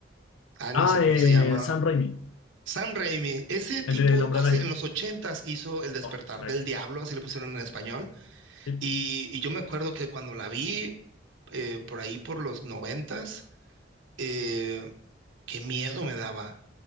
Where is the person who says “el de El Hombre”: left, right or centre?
Left